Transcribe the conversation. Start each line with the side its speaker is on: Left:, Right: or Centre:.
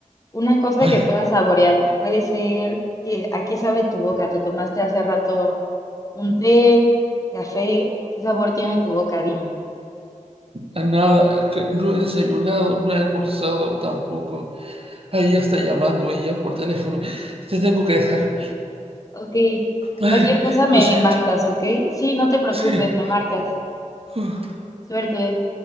Left: una cosa
Right: Ay,
Left: que puedas saborear, puede ser que a qué sabe tu boca, te tomaste hace rato un té, café, ¿qué sabor tiene tu boca? Dime.
Right: A nada, que no he desayunado, no he almorzado tampoco. Ahí ya está llamando ella por teléfono. Te tengo que dejar.
Left: Ok,
Right: Ay,
Left: cualquier cosa me
Right: lo siento.
Left: marcas, ¿ok? Sí, no te preocupes,
Right: Sí.
Left: me marcas.
Right: Uf.
Left: Suerte.